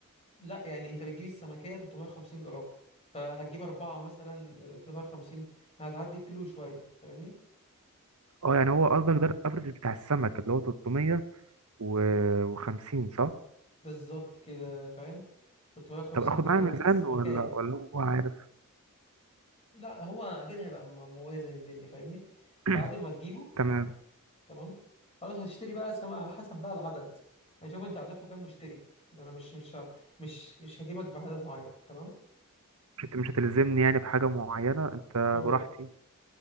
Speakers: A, on the left; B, on the right.
A: لا يعني انت بتجيب السمكية 350 جرام فهتجيب أربعة مثلا 350 هتعدي الكيلو شوية فاهمني
B: اه يعني هو قصدك ده الافرج بتاع السمك اللي هو 350 صح
A: بالظبط كده فاهم 350
B: طب اخد
A: جرام
B: معايا
A: يعني
B: ميزان
A: السمكية
B: ولا ولا هو عارف
A: لا هو اكيد هيبقى م- موازن الدنيا فاهمني
B: <clears throat>
A: بعد ما تجيبه
B: تمام
A: تمام خلاص هتشتري بقى سماعة على حسب بقى العدد يعني شوف انت عددكم كام مشتري انا مش مش ه- مش مش هجيبك بعدد معين تمام
B: مش هت- مش هتلزمني يعني بحاجه معينه انت
A: اه
B: براحتي